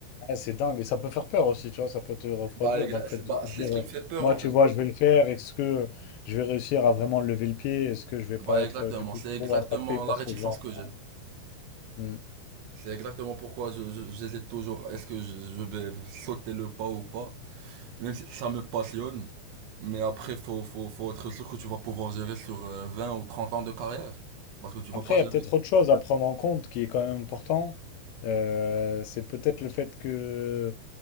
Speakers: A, on the left; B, on the right.
A: Ah, c'est dingue. Et ça peut faire peur aussi, tu vois. Ça peut te refroidir
B: Bah, exa-
A: dans le fait de
B: bah
A: te
B: c'est
A: dire,
B: ce qui
A: euh,
B: me fait peur
A: moi,
B: en
A: tu
B: fait.
A: vois, je vais le faire. Est-ce que je vais réussir à vraiment lever le pied? Est-ce que je vais pas
B: Bah
A: être,
B: exactement,
A: euh, du coup,
B: c'est exactement
A: trop impacté par
B: la réticence
A: ce que je vais entendre?
B: que j'ai.
A: Hmm.
B: C'est exactement pourquoi je, je- j'hésite toujours. Est-ce que je, je vais sauter le pas ou pas? Même si ça me passionne. Mais après, faut, faut, faut être sûr que tu vas pouvoir gérer sur euh, 20 ou trente ans de carrière. Parce que tu vas
A: Après,
B: pas
A: il
B: gérer.
A: y a peut-être autre chose à prendre en compte qui est quand même important. Euh, c'est peut-être le fait que